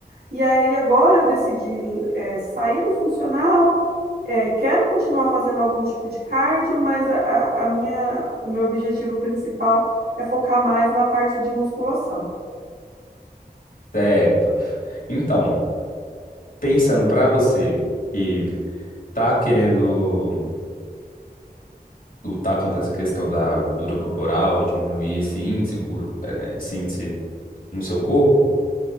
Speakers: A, on the right; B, on the left.
A: e aí agora eu decidi, é, sair do funcional. é, quero continuar fazendo algum tipo de cardio, mas a, a a minha, o meu objetivo principal é focar mais na parte de musculação.
B: Certo. Então, pensando para você que tá querendo lutar contra essa questão da gordura corporal, diminuir esse índice, gur- eh, né, esse índice no seu corpo,